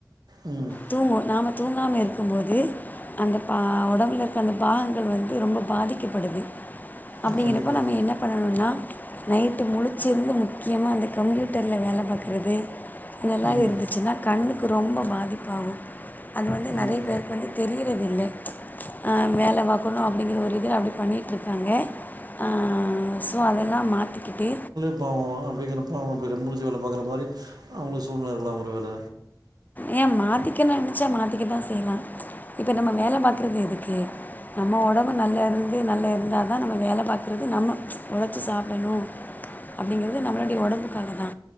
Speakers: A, on the right (about 60°); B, on the left (about 25°).
A: ம்
B: தூங்கு நாம தூங்காம இரு க்கும் போது அந்த பா ஒடம்புல இருக்க அந்த பாகங்கள் வந்து ரொம்ப பாதிக்கப்படுது அப்டிங்கறப்ப
A: ம் கண்டிப்பாக
B: நம்ம என்ன பண்ணணும்ன்னா நைட்டு முழிச்சிருந்து முக்கியமா அந்த கம்ப்யூட்டருல வேல பாக்குறது இதெல்லா
A: ம்
B: இருந்துச்சுன்னா கண்ணுக்கு ரொம்ப பாதிப்பாகு அது வந்து
A: ம்
B: நறைய பேருக்கு வந்து தெரி தெரியறது இல்ல ஆ வேல பாக்கணு அப்படிங்கிற ஒரு இது அப்டி பண்ணிட்டுருக்காங்க ஆ சோ அதெல்லா மாத்திக்கிட்டு
A: <unintelligible> அப்படிங்கிறப்போ அவங்கப்படி கண் முழிச்சு வேல பாக்குற மாரி அவங்களுக்கு சூழ்நெல இருக்கலா ஒரு வேல
B: ஏ மாத்திக்க நெனைச்சா மாத்திக்கதா செய்லா இப்ப நம்ம வேல பாக்குறது எதுக்கு நம்ம ஓடம்பு நல்லா இருந்து நல்லா இருந்தா தா நம்ம வேல பாக்குறது நம்ம ஒழச்சு சாப்டணு அப்டிங்கறது நம்மளுடைய ஒடம்புக்காக தா